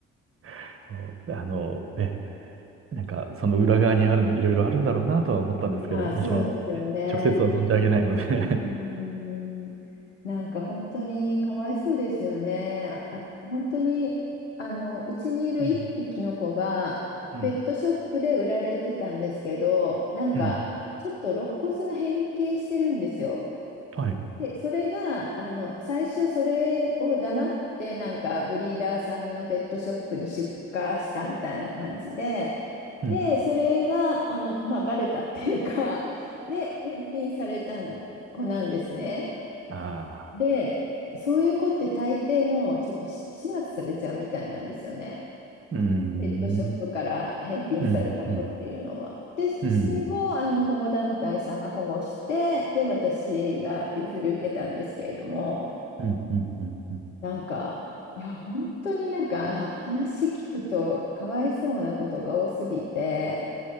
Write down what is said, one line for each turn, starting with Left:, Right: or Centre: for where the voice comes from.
Right: <laughs> そう、あのね、なんかその裏側にあるの、いろいろあるんだろうなとは思ったんですけど、
Left: まああ、そうですよね。
Right: もちろん、ね直接は存じ上げないので
Left: 本当に。うーん、なんか本当にかわいそうですよね。あ、あ本当に、あの、うちにいる一匹の子が、
Right: <laughs> うん、うん、
Left: ペットショップで売られてたんですけど、なんか、
Right: うん、
Left: ちょっと肋骨が変形してるんですよ。
Right: はい、
Left: で、それが、あの、最初それを黙って、なんか、ブリーダーさんがペットショップに出荷したみたいな感じで、
Right: うん、
Left: で、それが、あの、まあ、バレたっていうか、<laughs> で、返品された子なんですね。
Right: ああ、
Left: で、そういう子って大抵もうちょっとし始末されちゃうみたいなんですよね。
Right: うーん、
Left: ペットショップから返品された子っていうのは。
Right: うん、うん、
Left: で、
Right: うん、
Left: それをあの保護団体さんが保護して、で、私が譲り受けたんですけれども、
Right: うん、うん、うん、うん
Left: なんか、いや、本当になんかは話聞くとかわいそうなことが多すぎて、